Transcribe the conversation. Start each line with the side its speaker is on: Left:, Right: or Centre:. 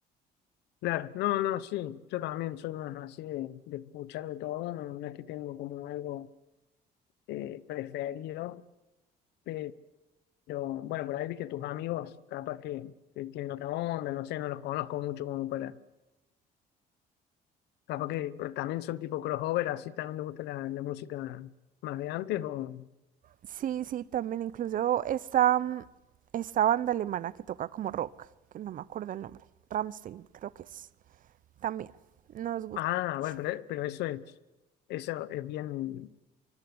Left: claro, no, no, sí, yo también soy más así de, de escuchar de todo, no, no es que tengo como algo eh, preferido, pero bueno, por ahí viste tus amigos, capaz que, que tienen otra onda, no sé, no los conozco mucho como para Capaz que pero también son tipo crossover, así también le gusta la, la música más de antes o...
Right: Sí, sí, también incluso esta, mm, esta banda alemana que toca como rock, que no me acuerdo el nombre, Rammstein creo que es, también nos gusta
Left: Ah,
Right: mucho.
Left: bueno, pero, pero eso es, eso es bien,